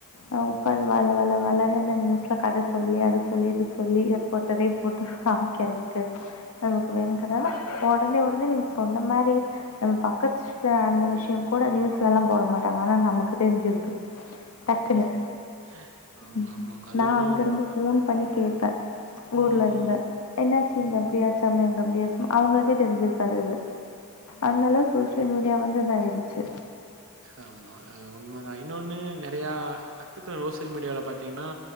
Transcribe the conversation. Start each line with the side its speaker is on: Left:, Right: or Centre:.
Right: ம்,
Left: ஆ உக்காந்து
Right: ம்,
Left: வல வல வலனு இந்த நியூஸ்ல கத சொல்லி அது சொல்லி இது சொல்லி இத போட்டதே போட்டு காமிக்கறது க்கு நமக்கு வேணுங்கிறத ஒடனே ஒடனே நீங்க சொன்ன மாரி நம்ம பக்கத் ச்ட நடந்த விஷய கூட நியூஸ்ல எல்லா போட மாட்டாங்க ஆனா நமக்கு தெரிஞ்சிருது டக்குன்னு
Right: ம். ஆமா,
Left: ம்
Right: ஆமா. அது
Left: நா
Right: வேணா
Left: அங்கருந்து
Right: உண்மதான்.
Left: ஃபோன் பண்ணி கேப்ப ஊர்ல
Right: ம்,
Left: இருந்த
Right: ம்,
Left: என்னாச்சு இங்க
Right: ம்.
Left: அப்டியாச்சாமே அங்க அப்டியாச்ச அவுங்களுக்கே தெரிஞ்சிருக்காது அது அதுனால சோசியல் மீடியா வந்து இதாயிடுச்சு
Right: ஆமா ஆ உண்ம தா இன்னொன்னு நெறையா கத்துக்கறோ சோசியல் மீடியாவுல பாத்தீங்கன்னா